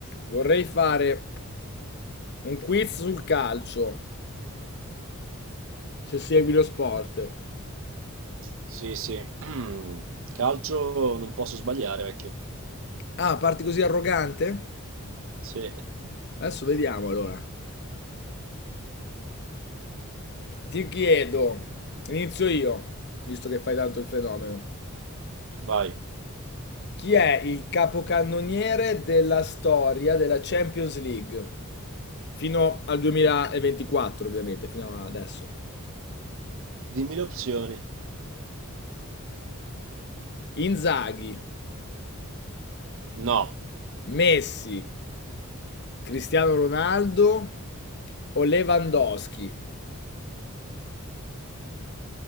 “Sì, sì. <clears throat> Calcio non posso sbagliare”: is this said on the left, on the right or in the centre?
Right